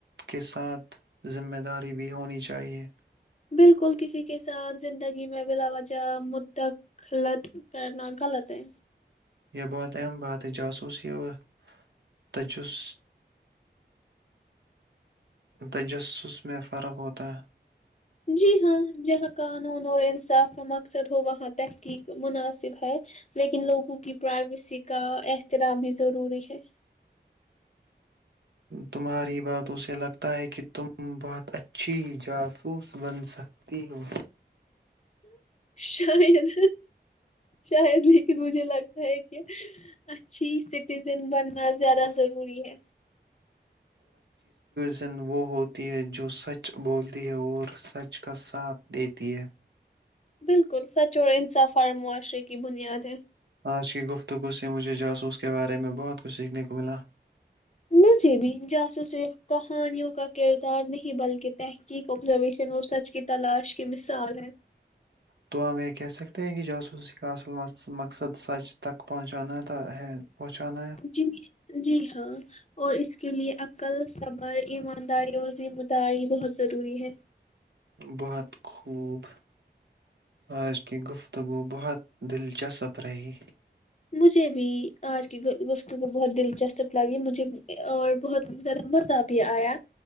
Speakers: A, on the right; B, on the left.
A: کے ساتھ ذمہ داری بھی ہونی چاہیے
B: بالکل کسی کے ساتھ زندگی میں بلا وجہ مدخلت کرنا غلط ہے
A: یہ بہت اہم بات ہے جاسوسی اور تجس تجسس میں فرق ہوتا ہے
B: جی ہاں جہاں قانون اور انصاف کا مقصد ہو وہاں تحقیق مناسب ہے لیکن لوگوں کی پرائیویسی کا احترام بھی ضروری ہے
A: تمہاری بات اسے لگتا ہے کہ تم بہت اچھی جاسوس بن سک تینین
B: شاید شاید لیکن مجھے لگتا ہے کہ اچھی سٹیزن بن نا زیادہ ضروری ہے
A: زن وہ ہوتی ہے جو سچ بولتی ہے اور سچ کا ساتھ دیتی ہے
B: بالکل سچ اور انصاف اور معاشرے کی بنیاد ہے
A: آج کی گفتگو سے مجھے جاسوس اس کے بارے میں بہت کچھ سیکھنے کو ملا
B: مجھے بھی جاسو صرف کہانیوں کا کردار نہیں بلکہ تحقیق آبزرویشن اور سچ کی تلاش کی مثال ہے
A: تو ہم یہ کہہ سکتے ہیں کہ جاسوسی کا اصل مقصد سچ تک پہنچانا ہے پہنچانا
B: جی جی ہاں اور اس کے لیے عقل صبر ایمانداری اور ذمہ داری بہت ضروری ہے
A: بہت خوب آج کی گفت تو وہ بہت دلچسپ رہی
B: مجھے بھی آج کے گستتوں کو بہت دلچسپ لگی مجھے اور بہت ذرا مزہ بھی آیا